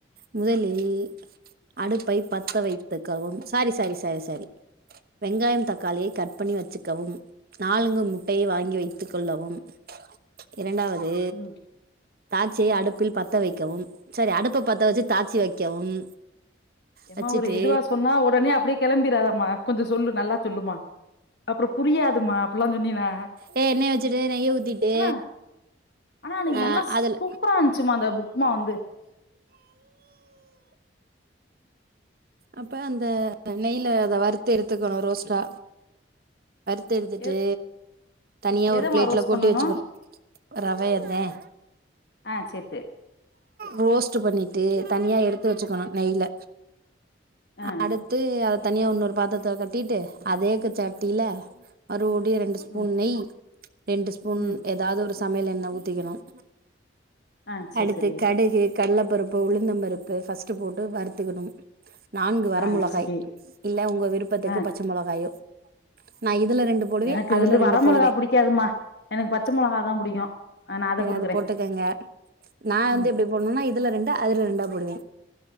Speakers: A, on the right (about 50°); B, on the left (about 60°).
A: முதலில் அடுப்பை பத்த வைத்துக்கவும் சாரி சாரி சாரி சாரி வெங்காயம் தக்காளியை கட் பண்ணி வச்சிக்கவும் நாலுங்க முட்டையை வாங்கி வைத்துக் கொள்ளவும் இரண்டாவது
B: ம்
A: தாட்சை அடுப்பில் பத்த வைக்கவும் சரி அடுப்ப பத்த வச்சு தாச்சி வைக்கவும்
B: ஏம்மா
A: வச்சுட்டு
B: ஒரு இதுவா சொன்னா உடனே அப்டியே கிளம்பிராதம்மா கொஞ்சோ சொல்லு நல்லா சொல்லுமா அப்புறோம் புரியாதுமா அப்பலாம் சொன்னினா
A: ஏ எண்ணெய வச்சுட்டு நெய்ய ஊத்திட்டு
B: ஆ ஆனா அன்னைக்கு
A: ஆ
B: நல்லா சூப்பரா
A: அதுல
B: இருந்துச்சுமா அந்த உப்மா வந்து
A: அப்ப அந்த நெய்யில அத வறுத்து எடுத்துக்கணு ரோஸ்டா வருத்து எடுத்துட்டு
B: எ
A: தனியா
B: எதமா
A: ஒரு பிளேட்ல
B: ரோஸ்ட்
A: கொட்டி
B: பண்ணனு
A: வெச்சுக்கணும் ரவயேந்தேன்
B: ஆ சேர் சேரி
A: ரோஸ்ட்டு பண்ணிட்டு தனியா எடுத்து வெச்சுக்கணும் நெய்ல
B: ஆ
A: அடு த்து அத தனியா இன்னரு பாத்ரத்துல கெட்டிட்டு அதேசட்டியில மறு ஓடி ரெண்டு ஸ்பூன்
B: ம்
A: நெய் ரெண்டு ஸ்பூன்
B: ம்
A: ஏதாவது ஒரு சமையல் எண்ணய் ஊத்திகணும்
B: ஆ சேரி
A: அடுத்து
B: சேரி
A: கடுகு கள்ளபருப்பு உளுந்தம் பருப்பு ஃபஸ்ட்டு போட்டு வறுத்துக்கணும் நான்கு வர
B: ஆ
A: மிளகாய்
B: சரி
A: இல்ல உங்க விருபத்துக்கு
B: ஆ
A: பச்ச மிளகாயே நான் இதுல ரெண்டு போடுவேன்
B: எனக்கு
A: அதுல
B: வந்து
A: ரெண்டு
B: வர
A: போடுவே
B: மொளகா புடிக்காதுமா எனக்கு பச்ச மொளகா தா புடிக்கு ஆ நா அத
A: சரி
B: போட்டுக்கிறே
A: அது போட்டுகங்க நா வந்து
B: ம்
A: எப்புடி போண்ணுனா இதுல ரெண்டு அதுல ரெண்டா போடுவே